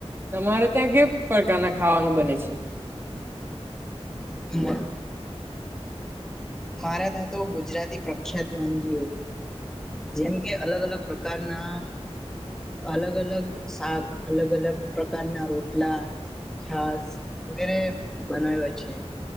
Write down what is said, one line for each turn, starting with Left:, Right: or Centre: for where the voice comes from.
Right: તમારે ત્યાં ગિવ પ્રકારના ખાવાનું બને છે.
Centre: <unintelligible> મારા ત્યાં તો ગુજરાતી પ્રખ્યાત વાનગીઓ. જેમ કે અલગ અલગ પ્રકારના. અલગ અલગ શાક અલગ અલગ પ્રકારના રોટલા. છાસ વગેરે બનાવે છે.